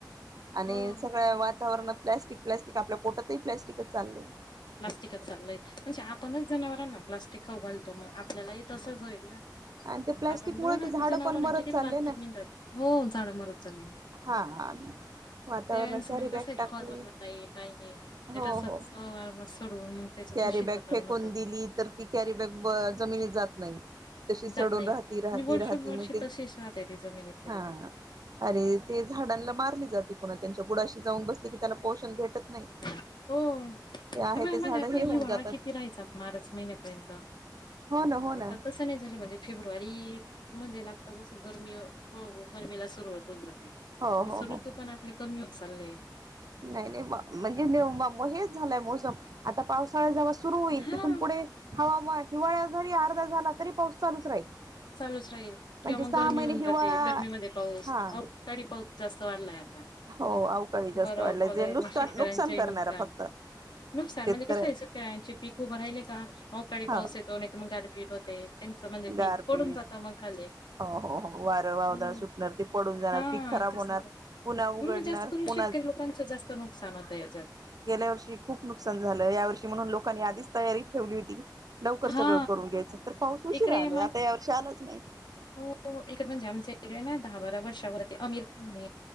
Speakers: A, on the right; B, on the left.
A: आणि
B: हो
A: सगळ्या वातावरणात प्लास्टिक, प्लास्टिक आपल्या पोटातही प्लॅस्टिकच चाललय.
B: प्लास्टिकच चाललंय म्हणजे आपणच जनावरांना <unintelligible> मग आपल्यालाही तसंच होईल ना.
A: आणि ते प्लॅस्टिक
B: आपण बघ
A: मुळे तर झाडं
B: जनावरांना
A: पण मरत
B: किती
A: चालले
B: प्लास्टिक
A: ना
B: <unintelligible> हो झाड मरत चालली.
A: हा <unintelligible> वातावरणात
B: त्यांचं
A: कॅरी
B: म्हणजे कसं
A: बॅग
B: आहे
A: टाकली,
B: खत होत नाही काही नाही. ते
A: हो
B: तसंच
A: हो.
B: वारंवार सोडवून मग त्याचं
A: कॅरीबॅग
B: दूषित वातावरण
A: फेकून
B: होतं
A: दिली, तर ती कॅरी बॅग ब जमिनी जात नाही. तशीच
B: जात
A: सडुन
B: नाही.
A: राहती,
B: म्हणजे
A: राहती,
B: वर्षोन
A: राहती
B: वर्ष
A: म ते
B: तशीच राहते ती जमिनीत कधी
A: हा.
B: पण.
A: अरे, ते झाडांला मारली जाते पुन्हा त्यांच्या बुडाशी जाऊन बसले, की त्याला पोषण भेटत नाही.
B: हो
A: ते आहे
B: तुमी हा
A: ते
B: म्हणे
A: झाड
B: आता
A: हे
B: हिवाळा
A: होऊन जातात
B: किती राहायचा मार्च महिन्यापर्यंत.
A: हो ना हो ना
B: आता तसं नाही झालं म्हणजे फेब्रुवारी म्हणजे लागत जसं गरमी अ हो हो गर्मी ला सुरुवात होऊन जाते म्हणजे,
A: हो हो
B: <unintelligible>
A: हो
B: ऋतू पण आपले कमी होत चाललेत.
A: नाही नाही मा म्हणजे मा म हेच झालंय मोसम आता पावसाळा जरा सुरू होईल
B: हा.
A: तिथून पुढे हवामान हिवाळा जरी अर्धा झाला तरी पाऊस चालूच राहील.
B: चालूच राहील किंवा
A: म्हणजे
B: मग
A: सहा
B: गरमी
A: महिने
B: होऊन
A: हिवाळा
B: जाते, गरमीमध्ये पाऊस,
A: हा
B: अवकाळी पाऊस जास्त वाढलाय आता.
A: हो अवकाळी जास्त
B: बरफ
A: वाढलंय
B: वगैरे
A: जे नुकसान
B: मग शेतकऱ्यांचेही
A: करणारा
B: नुकसान.
A: फक्त
B: नुकसाान
A: शेतकऱ्या
B: म्हणजे कसंय सगळ्यांचे पिक उभरायल नाही का अवकाळी
A: हा
B: पाऊस येतो नाही, तर मग गारपीठ होते त्यांचं म्हणजे
A: गारपीट
B: पीक पडून जातं मग खाली.
A: हो हो हो वारं वावदाळ
B: हम्म
A: सुटणार ते पडून जाणार
B: हा
A: पीक खराब
B: तस
A: होणार. पुन्हा उघडणार
B: <unintelligible> जास्त करून
A: पुन्हाच
B: शेतकरी लोकांचं जास्त नुकसान होतं याच्यात.
A: गेल्या वर्षी खूप नुकसान झालं या वर्षी म्हणून, लोकांनी आधीच तयारी ठेवली होती की लवकर
B: हा
A: सगळं करून घ्यायचं तर.. पाऊस उशीर
B: इकडे
A: आलाय, आता या वर्षी आलाच नाही.
B: <unintelligible> इकडं आमच्या इकडं ना दहा-बारा वर्षावर ते आमिर खान नी